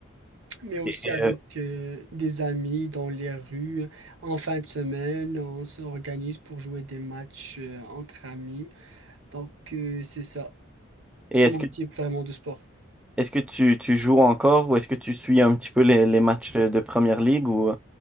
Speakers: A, on the right; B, in the centre.
A: mais aussi
B: Et,
A: avec
B: euh,
A: euh, des amis dans les rues. En fin de semaine, on s'organise pour jouer des matchs euh, entre amis. Donc, euh, c'est ça.
B: et
A: C'est
B: est-ce
A: mon
B: que,
A: type vraiment de sport.
B: est-ce que tu, tu joues encore ou est-ce que tu suis un petit peu les, les matchs de Première Ligue ou...